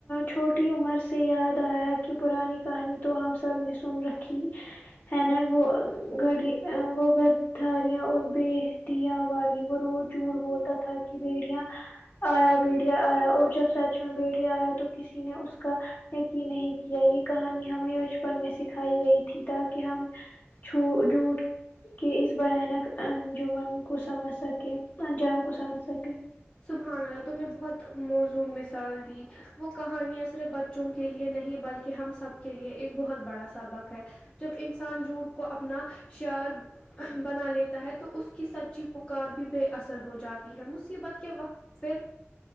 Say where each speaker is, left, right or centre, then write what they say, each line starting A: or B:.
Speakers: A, on the left; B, on the left.
A: چھوٹی عمر سے یاد آیا کہ پرانی کہانی تو ہم سب نے سن رکھی ہےر وہ گڑی وہ گ <unintelligible> تھاریاں اور ب دیاں والی وہ روز جھوٹ بولتا تھا کہ بیڑیاں آیا بڑیا آیا اور جب سچ میں بڑیا آیا تو کسی نے اس کا یقین نہیں کیا یہ کہانی ہمیں بچپن میں سکھائی گئی تھی تاکہ ہم چو جھوٹ کہ اس بھیانک انجمن کو سمجھ سکے انجام کو سمجھ سکے
B: سبحان الله تم نے بہت موزون مثال دی وہ کہانیاں صرف بچوں کے لیے نہیں بلکہ ہم سب کے لیے ایک بہت بڑا سبق ہے جب انسان جھوٹ کو اپنا شیعر بنا لیتا ہے تو اس کی سچی پکار بھی بے اثر ہو جاتی ہے مصیبت کے وقت پھر